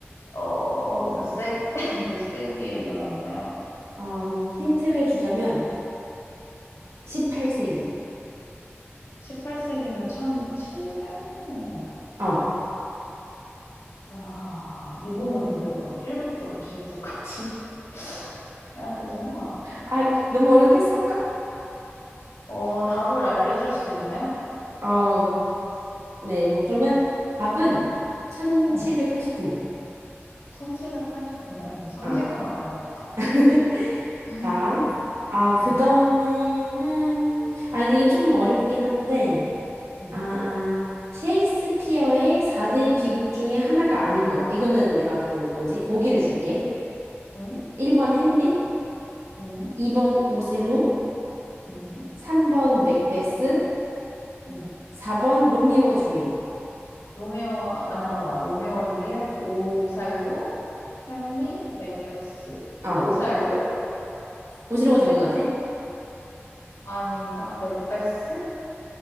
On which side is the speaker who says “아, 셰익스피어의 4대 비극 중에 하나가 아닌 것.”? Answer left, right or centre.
Right